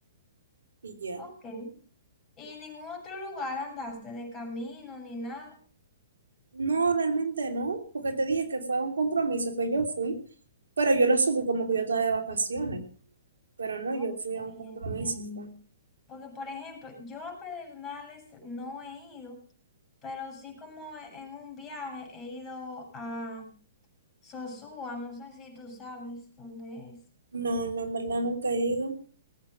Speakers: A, on the right; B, on the left.
A: y ya.
B: Ok. ¿Y ningún otro lugar andaste de camino ni nada?
A: No, realmente no, porque te dije que fue un compromiso que yo fui, pero yo lo subí como que yo estaba de vacaciones, pero no,
B: Ok,
A: yo fui
B: entiendo.
A: a un compromiso. fue.
B: Porque, por ejemplo, yo a Pedernales no he ido, pero sí como e- en un viaje he ido a Sosúa, no sé si tú sabes dónde es.
A: No, no, en verdad nunca he ido.